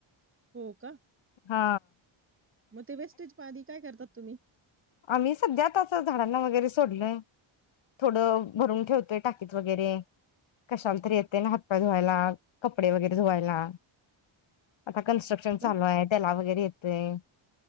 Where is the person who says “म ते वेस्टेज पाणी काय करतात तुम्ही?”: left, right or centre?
Right